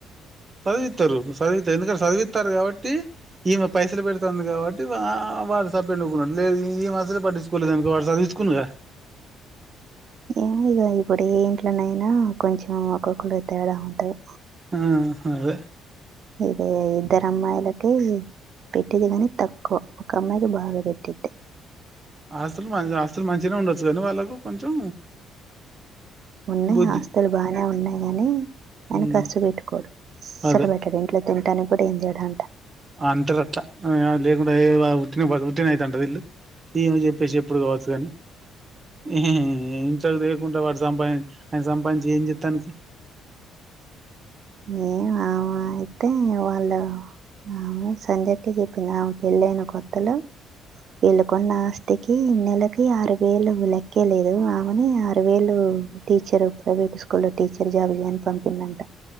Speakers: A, on the right; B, on the right.
A: చదివితారు సదివిత ఎందుకంట చదివితారు కావట్ టి ఈమె పైసలు పెడుతాంది కాబట్టి వా ఆ వాడుసబ్ ఎందుకు ఉన్నాడు లేదు ఈమె అసలే పట్టించుకోలేదు అనుకో వాడు చదివించుకోను కదా
B: ఏమో ఇగ ఇప్పుడు ఏ ఇంట్లోనయినా కొంచెం ఒక్కొక్కలు తేడా ఉంటది
A: ఆహ అదే
B: ఏ గయా ఇద్దరు అమ్మాయిలకు అంటే పెట్టేది కానీ తక్కువ ఒక అమ్మాయికి బాగా పెట్టేటు
A: ఆస్తులు మంచి ఆస్తులు మంచిగా ఉండొచ్చు కానీ వాళ్ళకు కొంచెం
B: ఉన్నాయి
A: బుద్ధి
B: ఆస్తులు బాగానే ఉన్నాయి గానీ ఆయన
A: ఉమ్
B: ఖర్చు పెట్టుకోడు అసలు
A: అదే
B: పెట్టాడు ఇంట్లో తినంటానికి కూడా ఏం తేడు అంట
A: అంటారు అట్లా ఆమె లేకుంటే ఏ ఉట్టిగానె బతుకు ఉట్టిగానే అయ్యిథాంటద నా ఇల్లు దేవుని చెప్పే చెప్పుడు కావచ్చు కానీ ఏహే ఇంట్లకు తేకుండా వాడు సంపాదించి ఆయన సంపాదించి ఏం చేస్తాండు అసలు
B: ఏం ఆమా అయితే వాళ్ళ నావు సంధ్య అక్క చెప్పింది ఆమె పెళ్ళైన కొత్తల వీళ్ళు కొన్న ఆస్తికి నెలకి ఆరు వేలు లెక్కే లేదు ఆమెని ఆరు వేలు ఓ టీచర్ ప్రైవేట్ స్కూల్లో లో టీచర్ జాబ్ చెయ్ అని పంపిందంట